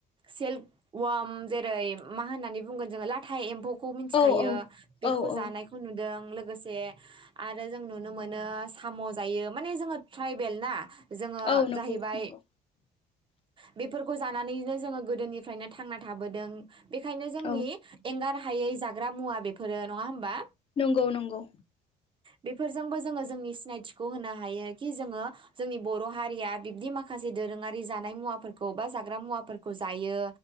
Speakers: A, on the right (about 30°); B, on the left (about 30°).
A: सेलक वम जेरै मा होननानै बुंगोन जोङो लाथाइ एम्फौ मिथिखायो
B: औ
A: बेखौ
B: औ औ
A: जानायखौ नुदों लो लोगोसे आरो जों नुनो मोनो साम' जायो माने जोङो ट्राइबेल ना! जोङो
B: औ नंगौ
A: जाहैबाय
B: नंगौ
A: बेफोर बेफोरखो जानानैनो जोङो गोदोनिफ्रायनो थांना थाबोदों। बेखायनो जोंनि
B: औ
A: एंगार हा हायै जाग्रा मुवा बेफोरो नङा होमबा?
B: नंगौ नंगौ।
A: बेफोरजोंबो जोङो जोंनि सिनायथिखौ होनो हायो कि जोङो जोंनि बर' हारिया बिब्दि माखासे दोरोङारि जानाय मुवाफोरखौ बा जाग्रा मुवाफोरखौ जायो।